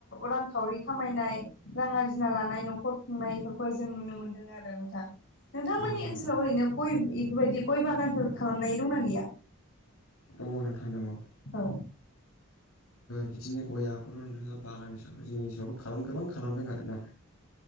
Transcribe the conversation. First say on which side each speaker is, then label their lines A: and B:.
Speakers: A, on the left; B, on the left.
A: रांखावरि खामायनाय। रां आरजिना लानाय न'खर खुंनाय बेफोरखौहाय जों नुनो मोन्दों आरो नोंथां। नोंथांमोननि
B: नंगौ
A: ओनसोलाव
B: नंगौ
A: ओरैनो गय बेफोरबायदि गय बागानफोर खालामनाय दंना गैया?
B: दङनो थान्दोंङो
A: औ
B: बिदिनो गय आखराव थाङा बागान ह जोंनि ओनसोलावबो गोबां खालामदों आरो ना